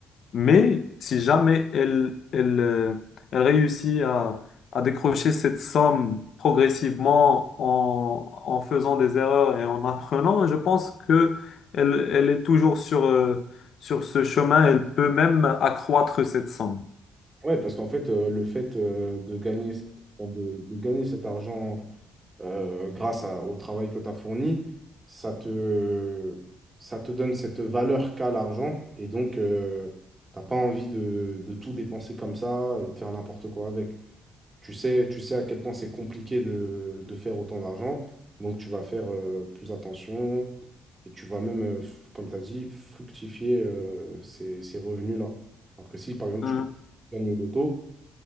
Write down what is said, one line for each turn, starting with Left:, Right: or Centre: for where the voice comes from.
Left: Mais si jamais elle, elle, euh, elle réussit à, à décrocher cette somme progressivement en, en faisant des erreurs et en apprenant, je pense que elle, elle est toujours sur, euh, sur ce chemin. Elle peut même accroître cette somme.
Right: Ouais, parce qu'en fait, euh, le fait euh, de gagner, ce- enfin, de, de gagner cet argent euh, grâce à- au travail que tu as fourni, ça te, ça te donne cette valeur qu'a l'argent. Et donc, euh, t'as pas envie de, de tout dépenser comme ça et de faire n'importe quoi avec. Tu sais, tu sais à quel point c'est compliqué de, de faire autant d'argent. Donc, tu vas faire euh, plus attention et tu vas même, euh, f- comme tu as dit, fructifier euh, ces, ces revenus-là. Alors que si, par exemple,
Left: Mhm.
Right: tu gagnes au loto,